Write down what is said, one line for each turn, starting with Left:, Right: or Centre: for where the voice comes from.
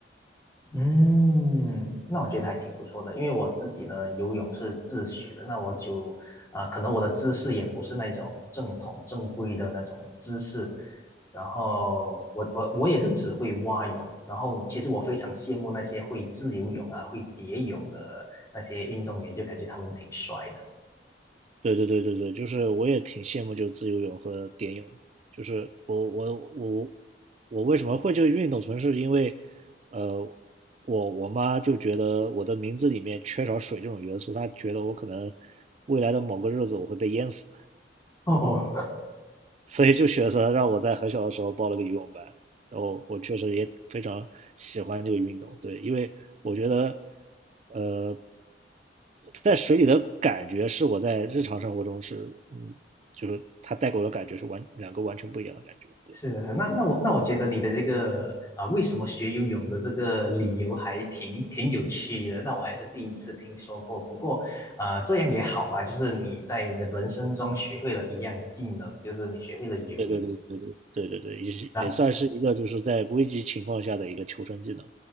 Left: 嗯，那我觉得还挺不错的，因为我自己呢游泳是自学的，那我就啊、呃可能我的姿势也不是那种正统正规的那种姿势，然后我我我也是只会蛙泳，然后其实我非常羡慕那些会自由泳啊、会蝶泳的那些运动员，就感觉他们挺帅的。
Right: 对对对对对，就是我也挺羡慕就自由泳和蝶泳的，就是我我我我为什么会这个运动，纯是因为，呃，我我妈就觉得我的名字里面缺少水这种元素，她觉得我可能未来的某个日子我会被淹死，
Left: <laughs> 哦，
Right: 所以就选择让我在很小的时候报了个游泳班，然后我确实也非常喜欢这个运动，对，因为我觉得，呃，在水里的感觉是我在日常生活中是，嗯，就是它带给我的感觉是完两个完全不一样的感觉，对，
Left: 是是，那那我那我觉得你的这个啊，为什么学游泳的这个理由还挺挺有趣的，那我还是第一次听说过。不过，呃，这样也好吧，就是你在你的人生中学会了一样技能，就是你学会了游泳。
Right: 对对对对对对对对，也是也算是一个就是在危急情况下的一个求生技能，
Left: 啊。